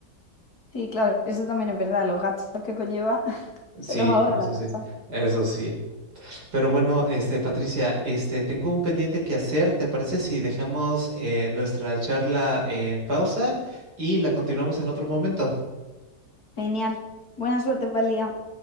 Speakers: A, on the left; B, on the right.
A: Sí, claro, eso también es verdad. Los gastos que conlleva <laughs> se
B: Sí,
A: los ahorra
B: eso
A: la empresa.
B: sí, eso sí. Pero bueno, este, Patricia, este, tengo un pendiente que hacer. ¿Te parece si dejamos eh, nuestra charla en pausa y la continuamos en otro momento?
A: Genial. Buena suerte para el día.